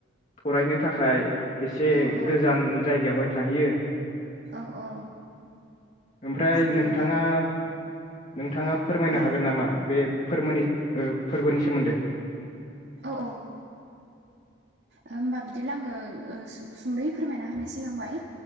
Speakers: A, on the left (about 35°); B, on the right (about 65°).
A: फरायनो थाखाय एसे
B: औ औ
A: गोजान जायगायावहाय थायो
B: औ औ
A: ओमफ्राय
B: जागोन
A: नोंथाङा
B: दे
A: नोंथाङा फोरमायनो
B: औ
A: हागोन नामा बे फोरमोनि ओ फोरबोनि सोमोन्दै
B: औ औ होमबा बिदिब्ला आङो सुंदै फोरमायना होनो सिगांबाय